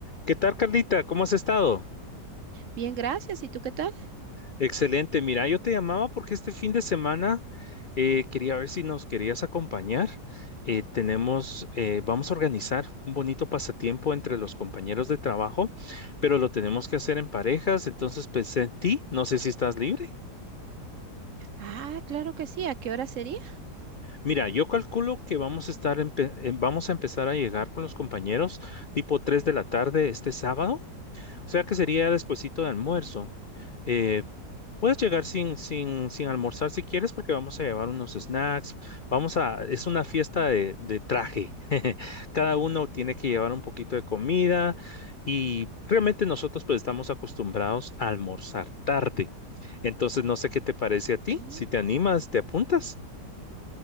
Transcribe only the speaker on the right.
Bien, gracias. ¿Y tú qué tal?
Ah, claro que sí. ¿A qué hora sería?
Mm,